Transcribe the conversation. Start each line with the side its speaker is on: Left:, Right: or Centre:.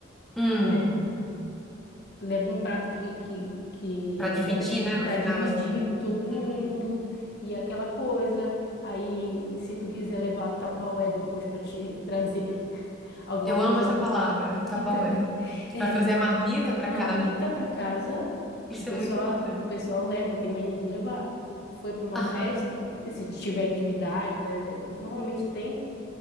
Centre: hum,
Left: né? Leva um prato que, que, que,
Centre: pra dividir,
Left: que
Centre: né, no
Left: para
Centre: final,
Left: dividir
Centre: assim.
Left: com todo mundo
Centre: Uhum.
Left: e aquela coisa. Aí, se tu quiser levar tapaué depois para te <laughs> trazer alguma
Centre: Eu
Left: coisa
Centre: amo essa palavra, tapaué.
Left: Então, <laughs> é,
Centre: Pra trazer a marmita pra
Left: marmita
Centre: casa.
Left: para casa,
Centre: Isso
Left: o pessoal,
Centre: é muito importante.
Left: o pessoal leva, tem mania de levar. Foi para uma
Centre: Aham,
Left: festa, e se tiver intimidade, né? Normalmente tem,